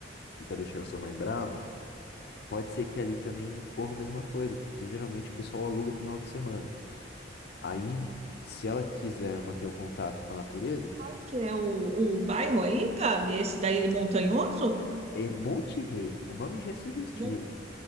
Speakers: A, on the left (about 60°); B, on the right (about 35°).
A: e tá deixando sua mãe brava, Pode ser que ali também corra a mesma coisa, porque geralmente o pessoal aluga final de semana. Aí, se ela quiser manter o contato com a natureza,
B: Qual que é o, o bairro aí, Gabi? Esse daí é montanhoso?
A: é Monte Rei. O nome já é sugestivo.
B: Mon